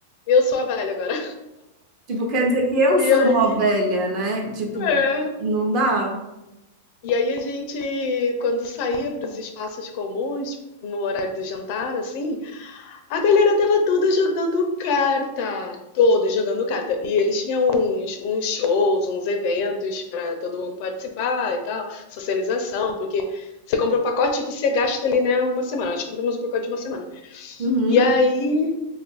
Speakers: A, on the left; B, on the right.
A: Eu sou a velha agora.
B: Tipo, quer dizer que eu
A: E
B: sou
A: aí,
B: mó velha, né? Tipo,
A: é.
B: não dá.
A: E aí a gente, quando saía para os espaços comuns, no horário do jantar, assim, A galera tava toda jogando carta, toda jogando carta. E eles tinham uns, uns shows, uns eventos para todo mundo participar e tal, socialização, porque você compra o pacote e você gasta ali, né, uma semana. Nós compramos o pacote de uma semana.
B: Uhum.
A: E aí